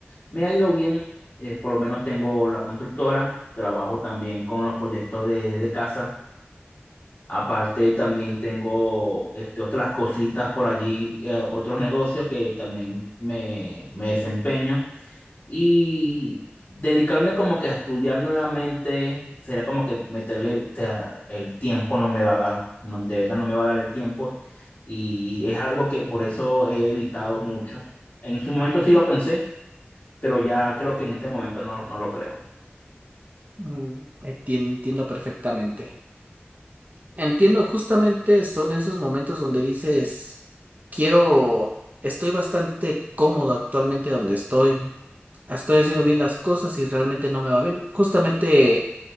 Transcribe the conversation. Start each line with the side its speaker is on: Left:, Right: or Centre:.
Left: me ha ido bien. Eh, por lo menos tengo la constructora, trabajo también con los proyectos de- desde casa. Aparte también tengo este, otras cositas por allí, eh, otros negocios que también me, me desempeño. Y dedicarme como que a estudiar nuevamente será como que meterle, o sea, el tiempo no me va a dar, no, de verdad no me va a dar el tiempo. Y es algo que por eso he evitado mucho. En su momento sí lo pensé, pero ya creo que en este momento no, no lo creo.
Right: Mm, entien- Entiendo, perfectamente. Entiendo, justamente son esos momentos donde dices, quiero, estoy bastante cómodo actualmente donde estoy. Estoy haciendo bien las cosas y realmente no me va bien. Justamente